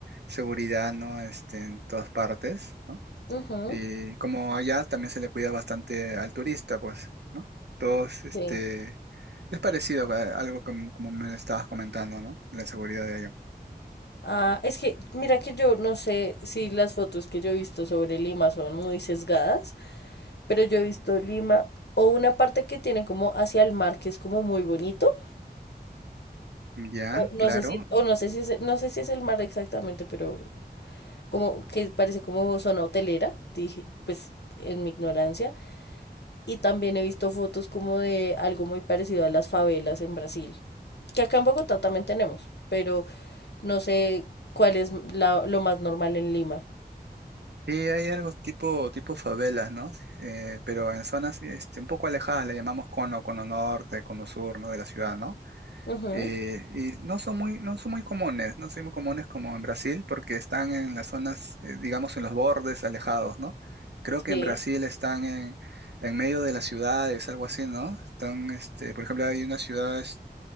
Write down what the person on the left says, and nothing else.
ujú,
sí.
Ah, es que, mira que yo no sé si las fotos que yo he visto sobre Lima son muy sesgadas. pero yo he visto Lima o una parte que tiene como hacia el mar, que es como muy bonito.
O
no sé si, o no sé si es, no sé si es el mar exactamente, pero como que parece como zona hotelera, dije, pues en mi ignorancia. Y también he visto fotos como de algo muy parecido a las favelas en Brasil, que acá en Bogotá también tenemos, pero no sé cuál es la- lo más normal en Lima.
Ujú,
Sí.